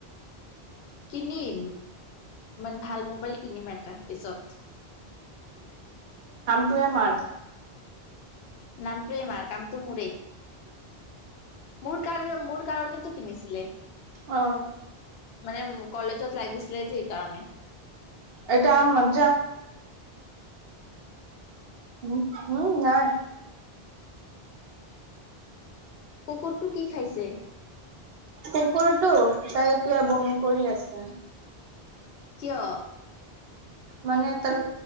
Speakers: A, on the left; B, on the right.
A: কিনিম, মান ভাল মোবাইল কিনি ম তাৰপিছত
B: টুৱেমাৰ
A: নামটোৱে মাৰ কামটো মোৰেই। মোৰ কাৰ মোৰ কাৰণেতো কিনিছিলে।
B: অ
A: মানে কলেজত লাগিছিলে যে এই কাৰণে
B: এটা মজা উম উম নাই
A: কুকুৰটো কি খাইছে?
B: কুকুৰটো তাই এতিয়া বমি কৰি আছে।
A: কিয়?
B: মানে তাৰ